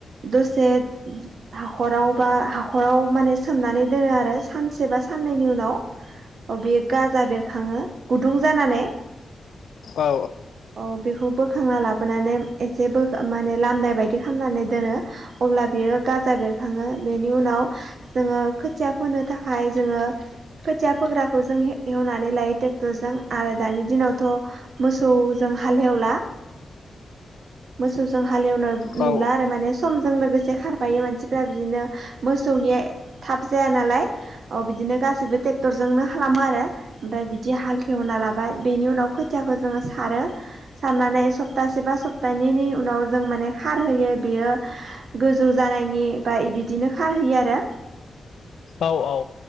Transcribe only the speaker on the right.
दसे हाखराव बा हाखराव माने सोमनानै दोनो आरो सानसे बा साननैनि उनाव
अ बेयो गाजा बेरखाङो गुदुं जाना नै
औ बेखौ बोखांना लाबोनानै एसे बो माने लामनाय बायदि खालामनानै दोनो। अब्ला बियो गाजा बेरखाङो बेनि उनाव जोंङो खोथिया फोनो थाखाय जोंङो खोथिया फोग्राखौ जों हे हेवनानै लायो। ट'जों आरो दानि दिनावथ' मोसौजों हालेवला मोसौजों हालेवनाय
नुला आरो माने समजों लोगोसे खार दायो मानसिफ्रा बिदिनो मोसौनिया थाब जाया नालाय औ बिदिनो गासिबो ट्रेक्टरजोंनो खालामो आरो ओमफ्राय बिदि हाल खेवना लाबाय बेनि उनाव खोथियाखौ जोंङो सारो साननानै सप्तासे बा सप्तानैनि उनाव जों माने खारहयो बेयो गोजौ जानायनि बा इ बिदिनो खारहैयो आरो।